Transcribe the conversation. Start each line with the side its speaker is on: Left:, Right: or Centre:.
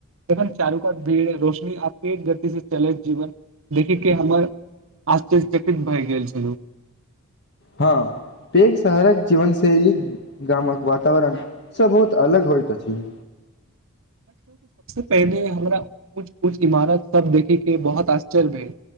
Right: तखन चारू कात भीड़ रोशनी आ तेज गति से चलैत जीवन देखी के हमर आश्चर्यचकित भ गेल छलौं
Left: हां पैघ शहरक जीवनशैली गामक वातावरण से बहुत अलग होइत अछि
Right: पहिनेे हमरा कुछ कुछ इमारत सब देखे के बहुत आश्चर्य भेल